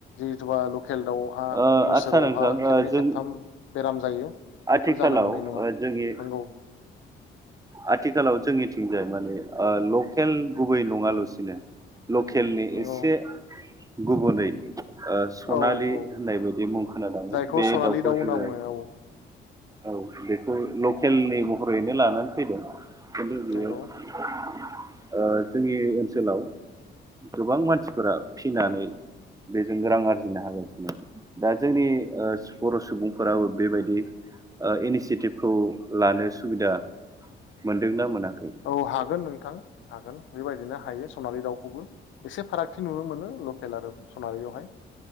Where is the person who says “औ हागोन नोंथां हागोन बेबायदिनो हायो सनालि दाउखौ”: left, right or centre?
Left